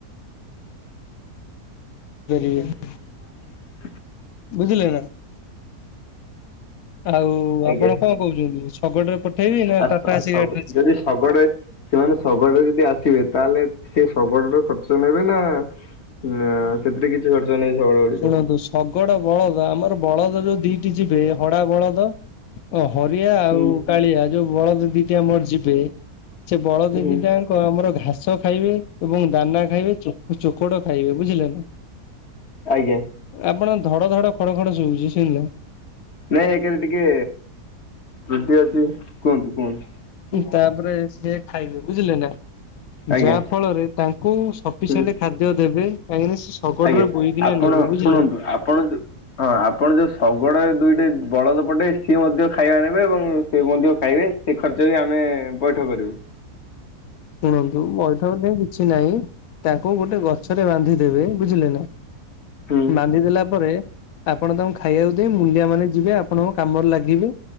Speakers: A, on the left; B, on the left.
A: କୋଉଠିକି?
B: ଜ
A: ବୁଝିଲେ ନା? ଆଉ ଆପଣ
B: ଆଜ୍ଞା।
A: କଣ କହୁଛନ୍ତି ଶଗଡ ରେ ପଠେଇବି ନା
B: ଆ ସ-ସ
A: ଟାଟାଏସି ଗାଡିରେ ଯିବେ?
B: ଯଦି ଶଗଡ ସେମାନେ ଶଗଡ ଯଦି ଆସିବେ ତାହେଲେ ସେ ଶଗଡ଼ରେ ଖର୍ଚ୍ଚ ନେବେ ନା ଆ ନା ସେଥିରେ କିଛି ଖର୍ଚ୍ଚ ନେଇ ଶଗଡ଼ ଗାଡ଼ିରେ
A: ଶୁଣନ୍ତୁ ଶଗଡ ବଳଦ ଆମର ବଳଦ ଯୋଉ ଦିଟି ଯିବେ ହଡ଼ା ବଳଦ ହରିଆ ଆଉ
B: ହୁଁ
A: କାଳିଆ ଯୋଉ ବଳଦ ଦିଟିଆ ମୋର ଯିବେ। ସେ ବଳଦଦି
B: ହୁଁ
A: ଟା ଆମର ଘାସ ଖାଇବେ ଏବଂ ଦାନା ଖାଇବେ ଚୋକଡ ଖାଇବେ ବୁଝିଲେ ନାଁ?
B: ଆଜ୍ଞା।
A: ଆପଣ ଧଡ ଧଡ ଖଡ ଖଡ ଶଉଛି ଶୁଝିଲ
B: ନାଇଁ ଏକରେ ଟିକେ ତୃଟି ଅଛି। କୁହନ୍ତୁ କୁହନ୍ତୁ।
A: ତାପରେ ସିଏ ଖାଇବେ ବୁଝିଲେ ନାଁ?
B: ଆଜ୍ଞା
A: ଯାହା ଫଳରେ ତାଙ୍କୁ ସଫିସିଏଣ୍ଟ
B: ହୁଁ
A: ଖାଦ୍ୟ ଦେବେ କାହିଁକିନା ସେ ଶଗଡରେ
B: ଆଜ୍ଞା
A: ବୋହିକିନା
B: ଆପଣ
A: ନେବେ ବୁଝିଲେ
B: ଶୁଣନ୍ତୁ ଆପଣ ହଁ ଆପଣ ଯୋଉ ଶଗଡ ଦୁଇଟା ବଳଦ ପଟେ ସିଏ ମଧ୍ୟ ଖାଇବା ନେବେ ଏବଂ ସେ ମଧ୍ୟ ଖାଇବେ। ସେ ଖର୍ଚ୍ଚ ବି ଆମେ ପଇଠ କରିବୁ।
A: ଶୁଣନ୍ତୁ ମଇଠା ପାଇଁ କିଛି ନାହିଁ ତାଙ୍କୁ ଗୋଟେ ଗଛରେ ବାନ୍ଧି ଦେବେ ବୁଝିଲେ ନା?
B: ହୁଁ
A: ବାନ୍ଧି ଦେଲା ପରେ ଆପଣ ତାଙ୍କୁ ଖାଇବାକୁ ଦେବେ ମୁଲିଆ ମାନେ ଯିବେ ଆପଣଙ୍କ କାମରେ ଲାଗିବେ।